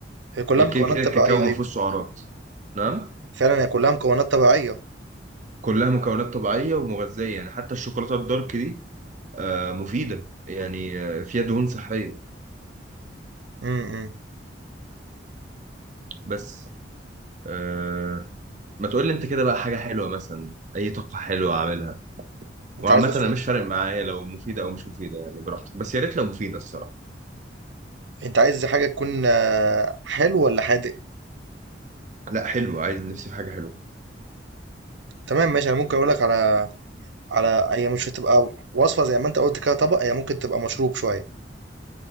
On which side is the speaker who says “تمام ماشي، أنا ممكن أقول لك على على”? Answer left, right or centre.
Right